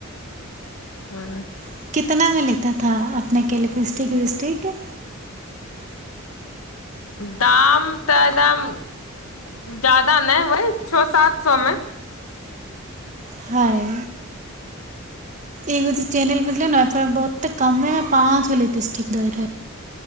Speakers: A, on the left; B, on the right.
A: हँ-
B: <unintelligible> अपनेके लिपिस्टिक विपिस्टिक
A: दाम तऽ एकदम जादा नै वएह छ -सात सौ मे।
B: हाय- एगो जे चैनल बुजलैय ने ओपर बहुते कम्मे में पांच गो लिपस्टिक दै रहै।